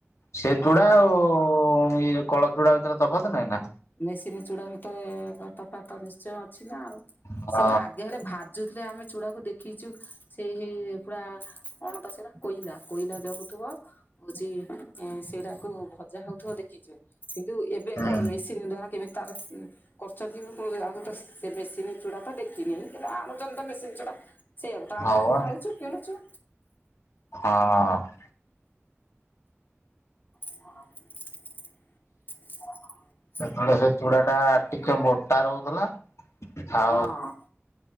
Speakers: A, on the left (about 80°); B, on the left (about 45°).
A: ସେ
B: ହଁ
A: ଚୁଡା ଆଉ ଇଏ କଳ ଚୁଡ଼ା ଭିତରେ ତଫାତ ନାଇଁ ନା?
B: ମେସିନ୍ ଚୁଡା ଭିତରେ ତଫାତ ନିଶ୍ଚୟ ଅଛି ନା ଆଉ।
A: ହଁ
B: ସେ ତ ଆଗେ ହେଲେ, ଭାଜୁ ଯାଉଥିଲେ ଆମେ ଚୁଡ଼ାକୁ। ଦେ ଦେଖିଛୁ ସେଇ ହେଇ ପୁରା, କଣ ତ ସେଇଟା କୋଇଲା କୋଇଲା ଜଳୁଥିବ ହଉଛି ଏ ସେଇରାକୁ ଭଜା ହଉଥିବ ଦେଖିଛୁ, କିନ୍ତୁ ଏବେ
A: ହଁ
B: କଣ ମେସି କିଣିଦବା କେମିତି ତାର କରୁଛନ୍ତି ଆଉ ତ ସେ ମେସିନ ଚୁଡା ତ ଦେଖିନି, କିନ୍ତୁ ଆଣୁଛନ୍ତି ତ ମେସିନ ଚୁଡା। ସେଇଆକୁ ତ ଆମେ
A: ହଁ
B: ବି
A: ବା
B: ଖାଉଛୁ, କିଣୁଛୁ।
A: ହଁ।
B: ହଁ ହ
A: ସେତେବେଳେ ସେ ଚୁଡ଼ାଟା ଟିକେ ମୋଟା ରହୁଥିଲା। ଆଉ
B: ହଁ